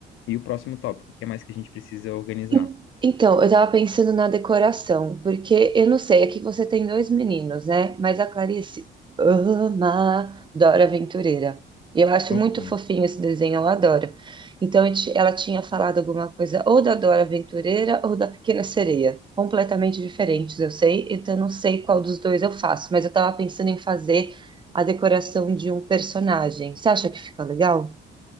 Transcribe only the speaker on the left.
e o próximo tópico, o que mais que a gente precisa organizar?
Ok.